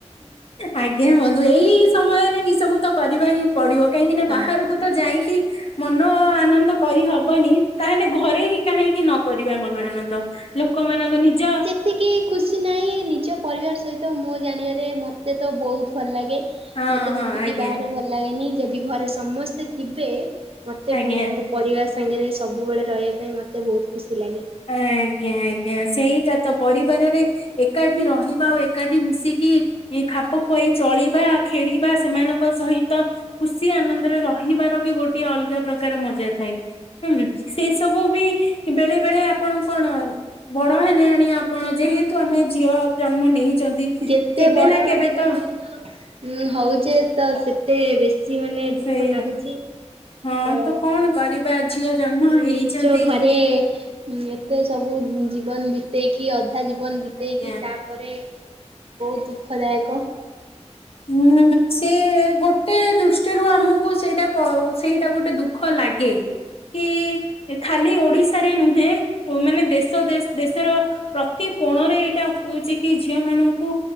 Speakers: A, on the left; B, on the right.
A: ଆଜ୍ଞା ହୁଅନ୍ତୁ ବନ୍ଧୁ ଏଇ ସମୟରେ ଏଇ ସବୁ ତ କରିବା ହିଁ ପଡିବ କାହିଁକି ନା
B: ହଁ।
A: ବାହାରକୁ ତ ଯାଇକି ମନ ଆନନ୍ଦ କରିହବନି ତାହେଲେ ଘରେ ହିଁ କାହିଁକି ନକ ମନ ଆନନ୍ଦ। ଲୋକ ମାନଙ୍କ ନିଜ
B: ଏତିକି ଖୁସି ନାହିଁ ନିଜ ପରିବାର ସହିତ ମୋ ଜାଣିବାରେ ମୋତେ ତ ବହୁତ ଭଲ ଲାଗେ।
A: ହଁ
B: ମତେ
A: ହଁ
B: ଯେତିକି
A: ଆଜ୍ଞା
B: ବାହାରେ ଭଲ ଲାଗେନି ଯଦି ଘରେ ସମସ୍ତେ ଥିବେ ମୋତେ
A: ଆଜ୍ଞା
B: ପରିବାର ସାଙ୍ଗରେ ସବୁବେଳେ ରହିବା ପାଇଁ ମୋତେ ବହୁତ ଖୁସି ଲାଗେ।
A: ଆ ଆଜ୍ଞା ଆଜ୍ଞା ସେଇଟା ତ ପରିବାରରେ ଏକାଠି ରହିବା ଆଉ ଏକାଠି ମିଶିକି ଏଇ ଖାପ ଖୁଆଇ ଚଳିବା ଖେଳିବା ସେମାନଙ୍କ ସହିତ ଖୁସି ଆନନ୍ଦରେ ରହିବାର ବି ଗୋଟେ ଅଲଗା ପ୍ରକାର ମଜା ଥାଏ। ହୁଁ ସେଇ ସବୁ ବି ବେଳେ ବେଳେ ଆପଣ କଣ ବଡ ହେଲେଣି ଆପଣ ଯେହେତୁ ଆମେ ଝିଅ ଜନ୍ମ ନେଇଛନ୍ତି।
B: ଯେତେ
A: କେବେ
B: ବଡ
A: ନା କେବେ
B: ଦିନକୁ
A: ତ
B: ଦିନ ହଉଛେ ତ ସେତେ ବେଶୀ ବେଶ ମାନେ ଦୁଃଖ
A: ସେଇଆ
B: ଲାଗୁଛି।
A: ହଁ
B: ତ
A: କଣ କରିବା ଝିଅ ଜନ୍ମ
B: ମେ
A: ହେଇଛନ୍ତି
B: ନିଜ ଘରେ ଏତେ ସବୁ ଜୀବନ ବିତେଇକି ଅଧା ଜୀବନ ବିତେଇକି
A: ଆଜ୍ଞା।
B: ତା ପରେ ବହୁତ ଦୁଃଖଦାୟକ।
A: ହୁଁ ସେ ଗୋଟେ ଦୃଷ୍ଟିରୁ ଆମକୁ ସେଇଟା ସେଇଟା ଗୋଟେ ଦୁଃଖ ଲାଗେ। କି ଖାଲି ଓଡିଶାରେ ନୁହେଁ ମାନେ ଦେଶ ଦେ ଦେଶର ପ୍ରତି କୋଣରେ ଏଇଟା ହଉଛି କି ଝିଅ ମାନଙ୍କୁ